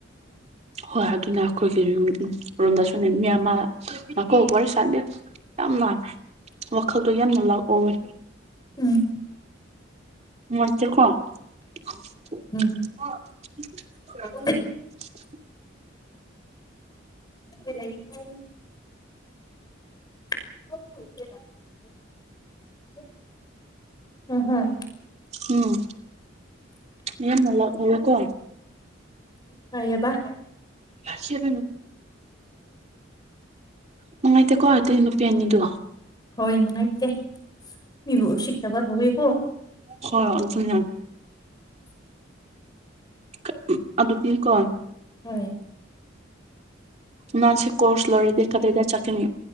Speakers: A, on the right; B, on the left.
A: ꯍꯣꯏ ꯑꯗꯨꯅ ꯑꯈꯣꯏꯒꯤ ꯔꯨ ꯎ ꯔꯨꯝꯗꯁꯨꯅꯦ ꯃꯤ ꯑꯃ ꯅꯀꯣ ꯋꯥꯔꯤ ꯁꯥꯥꯔꯗꯤ ꯌꯥꯝꯅ ꯋꯥꯈꯜꯗꯣ ꯌꯥꯝꯅ ꯂꯥꯎꯠ ꯑꯣꯋꯦ
B: ꯎꯝ
A: ꯅꯨꯡꯉꯥꯏꯇꯦꯀꯣ <unintelligible>
B: ꯎꯝ ꯍꯣꯏ
A: ꯈꯣꯉꯥꯎ
B: <unintelligible> <inaudible> ꯍꯣꯏ
A: ꯎꯝ ꯌꯥꯝꯅ ꯂꯥꯎꯠ ꯑꯣꯢꯌꯦꯀꯣ
B: ꯀꯩꯌꯕ
A: <unintelligible> ꯅꯨꯡꯉꯥꯏꯇꯦꯀꯣ ꯑꯗꯨꯢ ꯅꯨꯄꯤ ꯑꯅꯤꯗꯨ
B: ꯍꯣꯏ ꯅꯨꯡꯉꯥꯏꯇꯦ ꯃꯤꯕꯨ ꯎꯁꯤꯠꯇꯕ ꯇꯧꯋꯤꯀꯣ
A: ꯍꯣꯏ ꯑꯗꯨꯅꯦ ꯈ ꯎꯝ ꯑꯗꯨꯗꯤꯀꯣ
B: ꯍꯣꯏ
A: ꯃꯥꯁꯤ ꯀꯣꯔꯁ ꯂꯣꯏꯔꯤꯗꯤ ꯀꯗꯥꯢꯗ ꯆꯠꯀꯤꯅꯤ